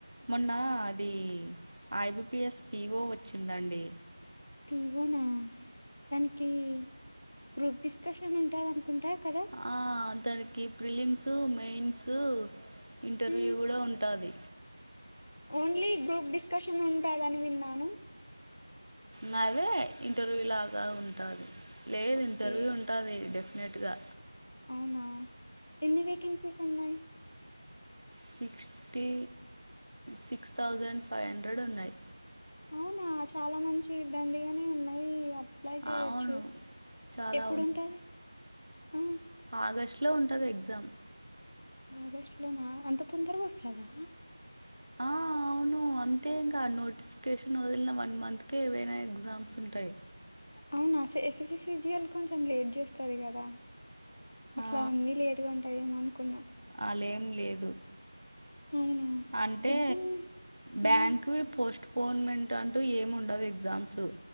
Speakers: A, on the right; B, on the left.
A: మొన్న అది ఐబిపీఎస్ పీవో వచ్చిందండి.
B: పివోనా దానికి గ్రూప్ డిస్కషన్ ఉంటాది అనుకుంటా కదా.
A: ఆ దానికి ఫ్రీలిమ్స్, మెయిన్స్, ఇంటర్వ్యూ
B: మ్మ్.
A: కూడా ఉంటాది.
B: ఓన్లీ గ్రూప్ డిస్కషన్ ఉంటాదని విన్నాను.
A: మరే ఇంటర్వ్యూ లాగా ఉంటాది. లేదు
B: ఓకే
A: ఇంటర్వ్యూ ఉంటాది డెఫినెట్ గా.
B: అవునా, ఎన్ని వేకెన్సీస్ ఉన్నాయి?
A: Sixty six thousand five hundred ఉన్నాయి.
B: అవునా చాలా మంచి దండిగనే ఉన్నయి. అప్లై చేయొచ్చు
A: అవును చాలా
B: ఎప్పుడు ఉంటాది. ఆ
A: ఆగస్టులో ఉంటది ఎగ్జామ్.
B: ఆగస్టులోనా అంత తొందరగా వొస్తాదా.
A: ఆ అవు ను అంతే ఇంకా నోటిఫికేషన్ వదిలిన వన్ మంత్కే ఏవైనా ఎగ్జామ్స్ ఉంటయి.
B: అవునా ఎస్ఎస్సిసిజిఎల్ కొంచెం లేట్ చేస్తది కదా. అట్లా
A: ఆ
B: అన్నీ లేటుగా ఉంటాయేమో అనుకున్నా.
A: అలేం లేదు.
B: అవునా
A: అంటే
B: ఎగ్జామ్ హ్మ్
A: బ్యాంక్వి పోస్ట్ పోన్మెంట్ అంటూ ఏమ్ ఉండదు ఎగ్జామ్స్.